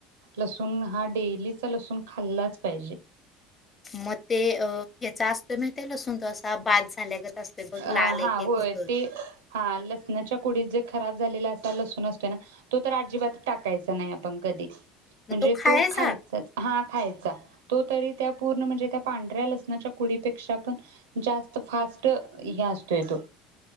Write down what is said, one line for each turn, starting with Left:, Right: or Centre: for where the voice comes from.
Right: लसूण हा डेलीचा लसूण खाल्लाच पाहिजे.
Left: मग ते अ ह्याचा असतोय माही ते लसूण तो असा बाद झाल्यागत असतो बघ लाल
Right: अ
Left: एक-एक
Right: हा होय
Left: होतो.
Right: ते हा लसणच्या कुडीत जे खराब झालेला असा लसून असतोय ना तो तर अजिबात टाकायचा नाही आपण कधी
Left: मग
Right: म्हणजे
Left: खायचा.
Right: तो खायचाच. हा खायचा तो तरी त्या पूर्ण म्हणजे त्या पांढऱ्या लसणच्या कुडी पेक्षा पण जास्त फास स्ट हे असतोय तो